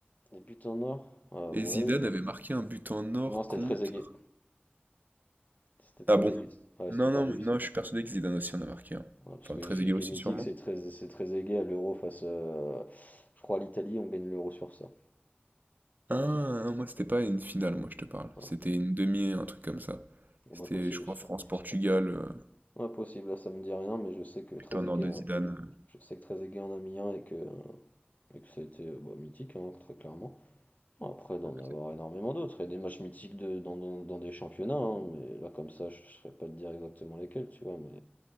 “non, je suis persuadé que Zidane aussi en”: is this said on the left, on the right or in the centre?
Right